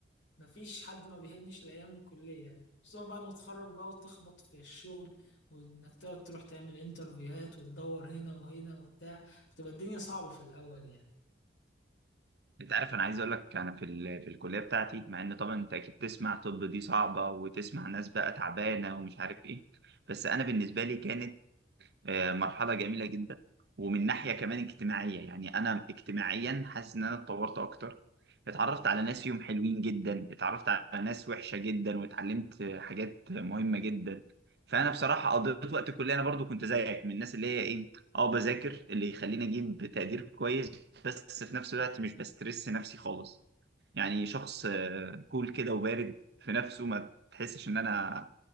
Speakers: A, on the left; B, on the right.
A: مفيش حد ما بيحنش لأيام الكلية يعني خصوصا بعد ما تتخرج بقى وتخبط في الشغل وإنك تقعد تروح تعمل انترفيوهات وتدور هنا وهنا وبتاع بتبقى الدنيا صعبة في الأول يعني
B: انت عارف انا عايز اقول لك انا في ال... في الكليه بتاعتي مع ان طبعا انت اكيد تسمع طب دي صعبه وتسمع ناس بقى تعبانه ومش عارف ايه بس انا بالنسبه لي كانت آه، مرحلة جميلة جدا ومن ناحية كمان اجتماعية يعني أنا اجتماعيا حاسس إن أنا اتطورت أكتر اتعرفت على ناس فيهم حلوين جدا اتعرفت على ناس وحشة جدا واتعلمت حاجات مهمة جدا فأنا بصراحة قضيت وقت الكلية أنا برضو كنت زيك من الناس اللي هي إيه أه بذاكر اللي يخليني أجيب تقدير كويس بس في نفس الوقت مش بسترس نفسي خالص يعني شخص آه، كول كده وبارد في نفسه ما تحسش ان انا